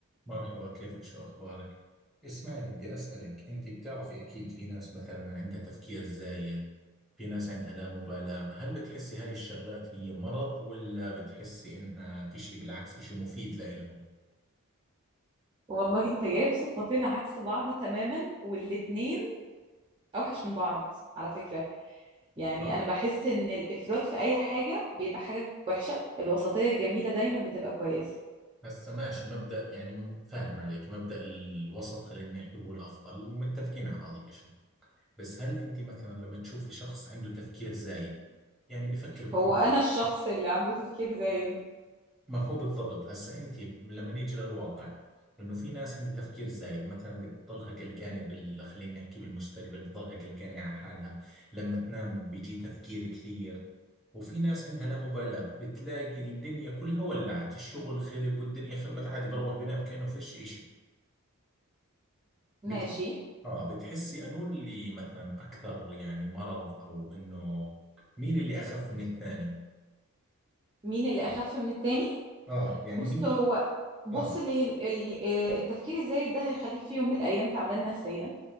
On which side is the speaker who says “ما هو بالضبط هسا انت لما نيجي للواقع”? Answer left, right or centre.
Centre